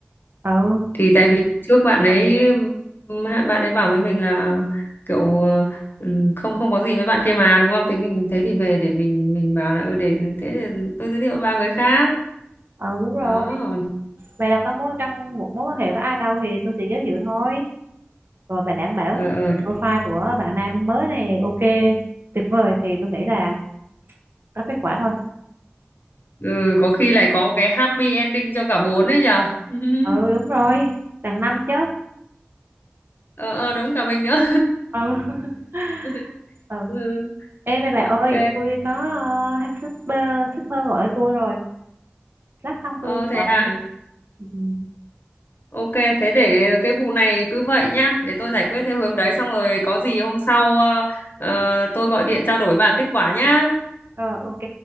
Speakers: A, on the right; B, on the left.
A: ừ
B: thì tại vì trước bạn ấy ừm, hạ- bạn ấy bảo với mình là kiểu ờ, ừm, không không có gì với bạn kia mà đúng không thế mình thế thì về để mình mình bảo là ừ để thế thì tôi giới thiệu ba người khác
A: ừ đúng rồi
B: đó
A: bà đâu có mối trong một mối quan hệ với ai đâu thì tôi sẽ giới thiệu thôi rồi bà đảm bảo
B: ờ, ờ,
A: profile của bạn nam mới này ok tuyệt vời thì tôi nghĩ là có kết quả thôi
B: ừ, có khi lại có cái happy ending cho cả bốn đấy nhở <laughs>
A: ừ đúng rồi đằng năm chứ
B: ờ, ờ đúng cả mình nữa
A: ừ
B: <laughs>
A: <laughs> ừ
B: ừ,
A: ê bà bà
B: ok
A: ơi tôi có uh, shipper shipper gọi cho tôi rồi lát xong tôi
B: ờ, thế
A: gọi lại
B: à
A: nha ừ. ừ.
B: Ok, thế để cái vụ này cứ vậy nhá, để tôi giải quyết theo hướng đấy xong rồi có gì hôm sau ờ, ờ, tôi gọi điện trao đổi bà kết quả nhá.
A: rồi ok